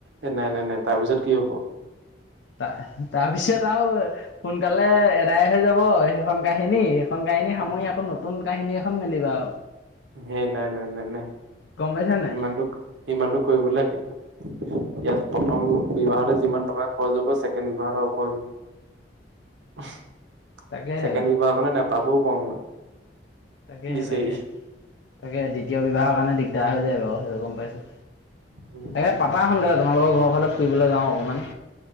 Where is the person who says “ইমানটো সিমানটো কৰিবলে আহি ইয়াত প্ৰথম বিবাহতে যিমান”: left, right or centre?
Right